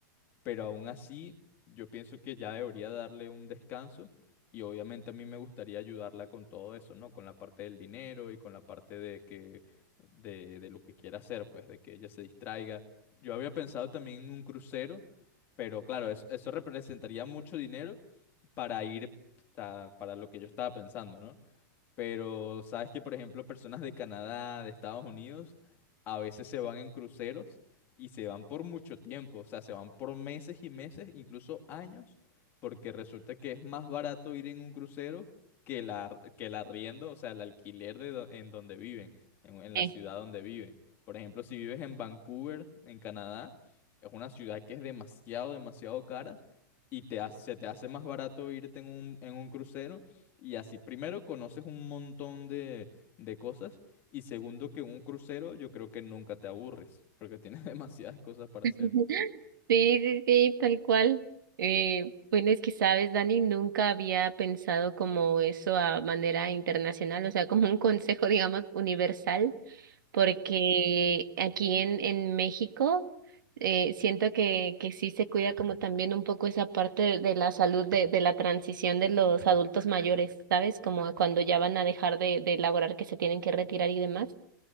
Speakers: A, on the left; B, on the right.
A: pero aún así yo pienso que ya debería darle un descanso y obviamente a mí me gustaría ayudarla con todo eso, ¿no? Con la parte del dinero y con la parte de que de, de lo que quiera hacer, pues de que ella se distraiga. Yo había pensado también en un crucero, pero claro, es- eso, representaría mucho dinero para ir, o sea, para lo que yo estaba pensando, ¿no? Pero sabes que, por ejemplo, personas de Canadá, de Estados Unidos, a veces se van en cruceros y se van por mucho tiempo, o sea, se van por meses y meses, incluso años, porque resulta que es más barato ir en un crucero que la, que el arriendo, o sea, el alquiler de do- en donde viven, en, en
B: Eh.
A: la ciudad donde viven. Por ejemplo, si vives en Vancouver, en Canadá, es una ciudad que es demasiado, demasiado cara y te, ha- se te hace más barato irte en un, en un crucero y así, primero, conoces un montón de, de cosas. Y segundo, que un crucero yo creo que nunca te aburres, porque tienes <laughs> demasiadas cosas para
B: <laughs>
A: hacer.
B: Sí, sí, sí, tal cual. Eh, bueno, es que sabes, Dani, nunca había pensado como eso a manera internacional, o sea, como un consejo, <laughs> digamos, universal porque aquí en, en México eh, siento que, que sí se cuida como también un poco esa parte de, de la salud, de, de la transición de los adultos mayores, ¿sabes? Como cuando ya van a dejar de, de laborar, que se tienen que retirar y demás,